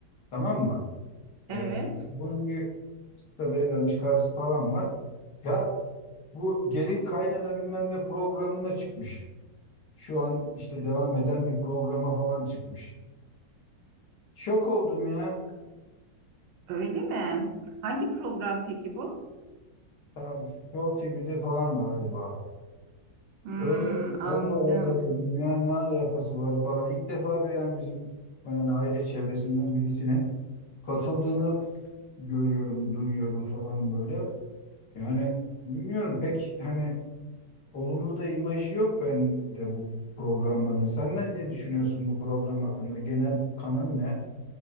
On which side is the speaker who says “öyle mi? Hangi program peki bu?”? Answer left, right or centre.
Right